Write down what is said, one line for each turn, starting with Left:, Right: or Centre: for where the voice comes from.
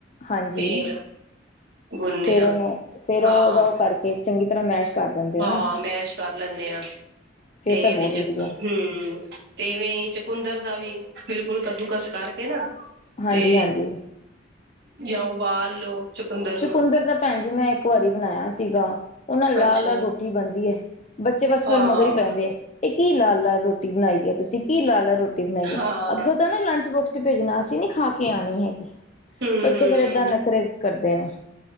Left: ਹਾਂਜੀ
Right: ਫੇਰ ਗੁੰਨੇ
Left: ਫੇਰ
Right: ਆ
Left: ਉਹਨੂੰ ਫੇਰ
Right: ਹਾਂ
Left: ਉਹ ਉਹਦਾ ਉਹ ਕਰਕੇ ਚੰਗੀ ਤਰ੍ਹਾਂ ਮੈਸ਼ ਕਰ ਦਿੰਦੇ
Right: ਹਾਂ
Left: ਹੋ ਨਾ
Right: ਮੈਸ਼ ਕਰ ਲੈਂਨੇ ਹਾਂ
Left: ਫਿਰ
Right: ਤੇ
Left: ਤਾਂ ਬਹੁਤ
Right: ਵਿੱਚ
Left: ਵਧੀਆ
Right: ਹਮ ਤੇ ਇਵੇਂ ਚਕੁੰਦਰ ਦਾ ਵੀ ਬਿਲਕੁਲ ਕੱਦੂਕਸ ਕਰਕੇ ਨਾ
Left: ਹਾਂਜੀ
Right: ਤੇ
Left: ਹਾਂਜੀ
Right: ਜਾਂ ਉਬਾਲ ਲੋ ਚੁਕੰਦਰ
Left: ਚਕੁੰਦਰ
Right: ਨੂੰ
Left: ਦਾ ਭੈਣ ਜੀ ਮੈਂ ਇੱਕ ਵਾਰੀ ਬਣਾਇਆ ਸੀਗਾ ਉਹ ਨਾਲ-ਲਾਲ
Right: ਅੱਛਾ
Left: ਲਾਲ ਰੋਟੀ ਬਣਦੀ ਹੈ ਬੱਚੇ ਬਸ ਫੇਿਰ
Right: ਹਾਂ
Left: ਮਗਰ ਹੀ ਪੈਂਦੇ ਆ ਇਹ ਕੀ ਲਾਲ ਲਾਲ ਰੋਟੀ ਬਣਾਈ ਹੈ ਤੁਸੀਂ ਕੀ ਲਾਲ ਲਾਲ ਰੋਟੀ ਰੋਟੀ ਬਣਾਈਏ
Right: ਹਾਂ
Left: ਅੱਗੋਂ ਤਾਂ ਨਾ ਲੰਚ ਬੁਕਸ ਚ ਭੇਜਣਾ ਅਸੀਂ ਨੀ ਖਾ ਕੇ ਆਣੀ ਹੈਗੀ
Right: ਹੂੰ
Left: ਬੱਚੇ
Right: ਹੂੰ
Left: ਫੇਿਰ ਏਦਾਂ ਨਖਰੇ ਕਰਦੇ ਨੇ